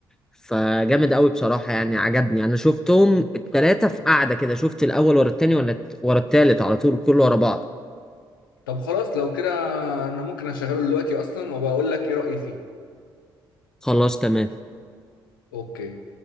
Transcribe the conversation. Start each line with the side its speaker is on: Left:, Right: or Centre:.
Centre: فجامد قوي بصراحة يعني عجبني أنا شفتهم التلاتة في قعدة كده شفت الأول ورا التاني ولا ورا التالت على طول كله ورا بعض
Left: طب خلاص لو كده انا ممكن اشغله دلوقتي اصلا وبقول لك ايه رأيي فيه
Centre: خلاص تمام
Left: اوكي